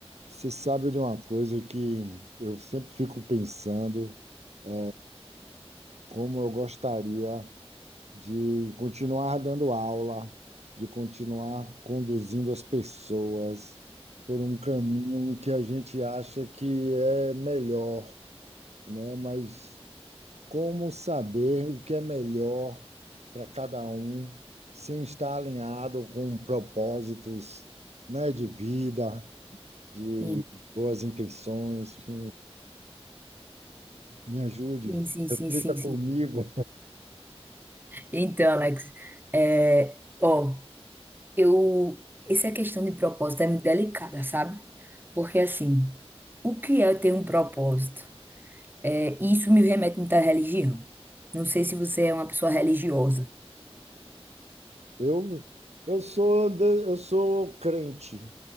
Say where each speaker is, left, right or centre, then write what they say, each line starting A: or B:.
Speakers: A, on the right; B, on the right.
A: Você sabe de uma coisa que eu sempre fico pensando, é, como eu gostaria de continuar dando aula, de continuar conduzindo as pessoas por um caminho que a gente acha que é melhor, né? Mas como saber o que é melhor para cada um sem estar alinhado com propósitos, né, de vida? de
B: Sim,
A: boas intenções, que me ajude,
B: sim, sim,
A: reflita
B: sim, sim. sim.
A: comigo.
B: Então, Alex, é, ó, eu, essa questão de propósito é muito delicada, sabe? Porque, assim, o que é ter um propósito? É, isso me remete muito à religião. Não sei se você é uma pessoa religiosa.
A: Eu, eu sou, de- eu sou crente